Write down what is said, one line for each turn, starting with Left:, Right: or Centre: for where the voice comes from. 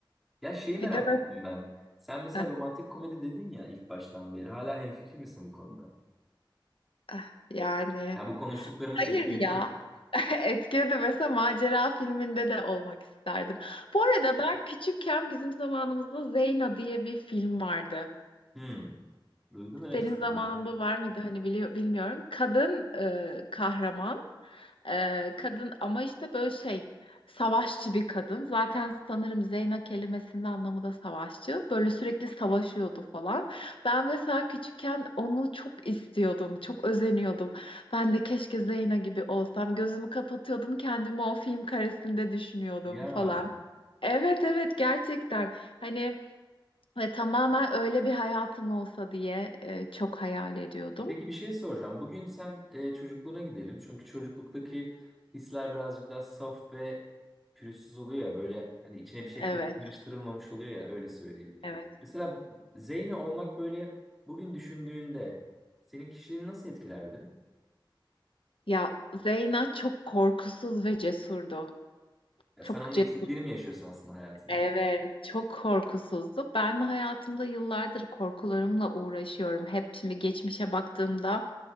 Centre: Ya şeyi merak
Left: bir de
Centre: ettim ben. Sen mesela
Left: mesela
Centre: romantik komedi dedin ya ilk baştan beri. Hala hemfikir misin bu konuda?
Left: <laughs> yani
Centre: Ya bu konuştuklarımız
Left: hayır
Centre: etkiledi
Left: ya
Centre: mi?
Left: <laughs> Etkiye de mesela macera filminde de olmak isterdim. Bu arada ben küçükken bizim zamanımızda Zeyna diye bir film vardı.
Centre: Hmm. Duydum evet
Left: Senin
Centre: ismini.
Left: zamanında var mıydı hani biliyor, bilmiyorum. Kadın e, kahraman. E, kadın ama işte böyle şey savaşçı bir kadın. Zaten sanırım Zeyna kelimesinin anlamı da savaşçı. Böyle sürekli savaşıyordu falan. Ben mesela küçükken onu çok istiyordum. Çok özeniyordum. Ben de keşke Zeyna gibi olsam. Gözümü kapatıyordum kendimi o film karesinde düşünüyordum
Centre: Ya.
Left: falan. Evet evet gerçekten. Hani ve tamamen öyle bir hayatım olsa diye e, çok hayal ediyordum.
Centre: Peki bir şey soracağım. Bugün sen e, çocukluğuna gidelim. Çünkü çocukluktaki hisler birazcık daha saf ve pürüzsüz oluyor ya. Böyle hani içine bir şey
Left: Evet,
Centre: kat karıştırılmamış oluyor ya öyle söyleyeyim.
Left: evet.
Centre: Mesela Zeyne olmak böyle bugün düşündüğünde senin kişiliğini nasıl etkilerdi?
Left: Ya Zeyna çok korkusuz ve cesurdu.
Centre: Ya
Left: Çok
Centre: sen onun
Left: cesur.
Centre: eksikliğini mi yaşıyorsun aslında hayatında?
Left: Evet, çok korkusuzdu. Ben hayatımda yıllardır korkularımla uğraşıyorum. Hep şimdi geçmişe baktığımda